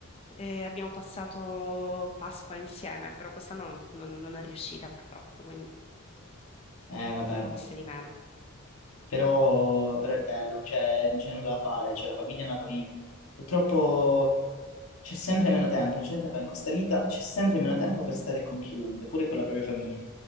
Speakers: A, on the left; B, on the left.
A: e abbiamo passato Pasqua insieme, però quest'anno non non- non è riuscita purtroppo, quindi
B: Eh, vabbè.
A: ci siamo viste di meno.
B: Però, però è bello, cioè, non c'è nulla da fare, cioè, la famiglia è una famiglia. Purtroppo, c'è sempre meno tempo, non c'è niente da fare. In questa vita c'è sempre meno tempo per stare con chiunque, pure con la propria famiglia.